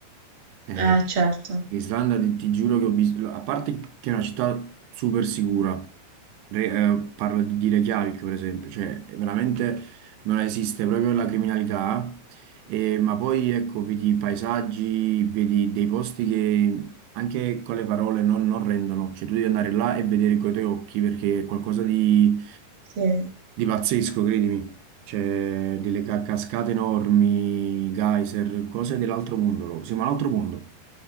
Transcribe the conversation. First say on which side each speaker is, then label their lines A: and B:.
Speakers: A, on the right (about 80°); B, on the right (about 30°).
A: Eh,
B: Eh, certo.
A: l'Islanda, ti, ti giuro che ho visto, a parte che è una città super sicura, Re- eh, parlo di, di Reykjavik per esempio, cioè veramente non esiste proprio la criminalità, eh, ma poi ecco, vedi i paesaggi, vedi dei posti che anche con le parole non, non rendono, cioè tu devi andare là e vedere con i tuoi occhi perché è qualcosa di...
B: Sì.
A: Di pazzesco, credimi. C'è delle ca- cascate enormi, geyser, cose dell'altro mondo, proprio. Siamo all'altro mondo.